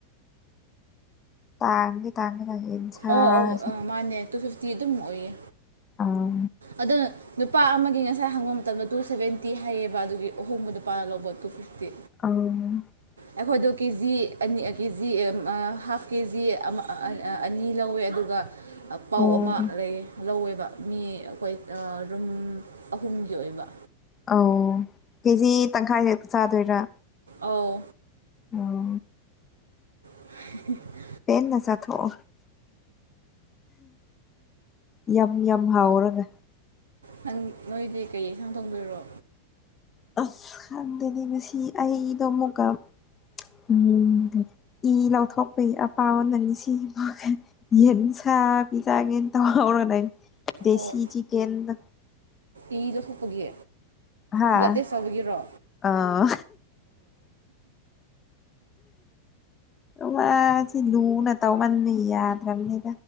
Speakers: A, on the left; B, on the right.
A: ꯇꯥꯡꯗꯤꯦ ꯇꯥꯡꯒꯦ ꯇꯥꯡꯁꯤ ꯏꯟꯁꯥꯁꯤ
B: ꯑꯧ ꯑꯧ ꯑꯥ ꯃꯥꯅꯦ ꯇꯨ ꯐꯤꯐꯇꯤ ꯑꯗꯨꯝ ꯑꯣꯏꯌꯦ
A: ꯑꯥ
B: ꯑꯗꯨꯅ ꯅꯨꯄꯥ ꯑꯃꯒꯤ ꯉꯁꯥꯏ ꯍꯪꯕ ꯃꯇꯝꯗ ꯇꯨ ꯁꯚꯦꯟꯇꯤ ꯍꯥꯏꯌꯦꯕ ꯑꯗꯨꯒꯤ ꯑꯍꯣꯡꯕ ꯅꯨꯄꯥꯅ ꯂꯧꯕ ꯇꯨ ꯐꯤꯐꯇꯤ
A: ꯑꯧ
B: ꯑꯩꯈꯣꯏꯗꯣ ꯀꯦ ꯖꯤ ꯑꯅꯤ K G half K G ꯑꯃ ꯑꯅꯤ ꯂꯧꯋꯦ ꯑꯗꯨꯒ ꯄꯥꯎ
A: ꯑꯧ
B: ꯑꯃ ꯂꯩꯌꯦ ꯂꯧꯋꯦꯕ ꯃꯤ ꯑꯩꯈꯣꯏ ꯔꯨꯝ ꯑꯍꯨꯝꯒꯤ ꯑꯣꯏꯕ
A: ꯑꯧ ꯀꯦꯖꯤ ꯇꯪꯈꯥꯏ ꯍꯛꯇ ꯆꯥꯗꯣꯏꯔꯥ
B: ꯑꯧ
A: ꯑꯣ
B: <unintelligible>
A: ꯄꯦꯟꯅ ꯆꯥꯊꯣꯛꯑꯣ ꯌꯥꯝ ꯌꯥꯝ ꯍꯥꯎꯔꯒ
B: ꯅꯪ ꯅꯣꯏꯗꯤ ꯀꯩ ꯌꯦꯟꯁꯥꯡ ꯊꯣꯡꯗꯣꯏꯔꯣ
A: ꯑꯁ ꯈꯪꯗꯦꯅꯦ ꯉꯁꯤ ꯑꯩꯗꯣ ꯑꯃꯨꯛꯀ ꯎꯝ ꯏ ꯂꯧꯊꯣꯛꯄꯩ ꯑꯄꯥꯝꯕ ꯅꯪ ꯁꯤ ꯃꯥꯈꯩ ꯌꯦꯟꯁꯩ ꯑ ꯄꯤꯖꯒꯦ ꯇꯧꯔ ꯂꯩ ꯗꯁꯤ
B: ꯑꯣ
A: ꯆꯤꯀꯦꯟꯗꯣ
B: ꯏ ꯂꯧꯊꯣꯛꯄꯒꯤ
A: ꯍꯥ
B: ꯕ꯭ꯂꯠ ꯇꯦꯁ ꯇꯧꯕꯒꯤꯔꯣ
A: ꯑꯥ ꯃꯥꯁꯤ ꯂꯨꯅ ꯇꯧꯃꯥꯟꯗꯅ ꯌꯥꯗ꯭ꯔꯥꯅꯤꯝ